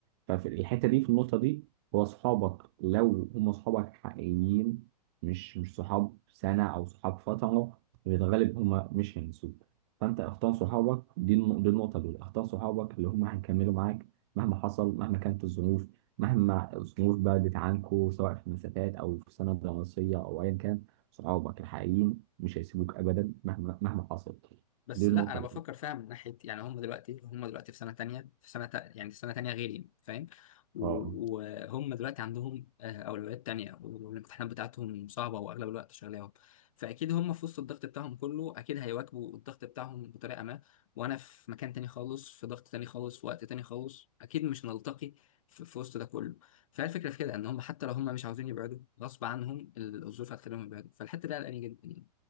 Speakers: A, on the right (about 40°); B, on the left (about 50°).
A: ففي الحته دي في النقطه دي هو صحابك لو هم صحابك حقيقيين مش مش صحاب سنه او صحاب فتره في الغالب هم مش هينسوك فانت اختار صحابك دي الن- دي النقطه دول اختار صحابك اللي هم هيكملوا معاك مهما حصل مهما كانت الظروف مهما الظروف بعدت عنكوا سواء في مسافات او في سنه دراسيه او ايا كان صحابك الحقيقيين مش هيسيبوك ابدا مهما مهما حصل
B: بس
A: دي النقطه
B: لا انا بفكر
A: الاولى
B: فيها من ناحيه يعني هم دلوقتي هم دلوقتي في سنه تانية في سنه تا يعني في سنه تانية غيري فاهم و-
A: اه
B: وهم دلوقتي عندهم آه، اولويات تانية والامتحانات بتاعتهم صعبه واغلب الوقت شغلاهم فاكيد هم في وسط الضغط بتاعهم كله اكيد هيواكبوا الضغط بتاعهم بطريقه ما وانا في مكان تاني خالص في ضغط تاني خالص في وقت تاني خالص اكيد مش نلتقي في, في وسط ده كله فهي الفكره في كده ان هم حتى لو هم مش عاوزين يبعدوا غصب عنهم الظروف هتخليهم يبعدوا فالحته دي قلقاني جدا يعني.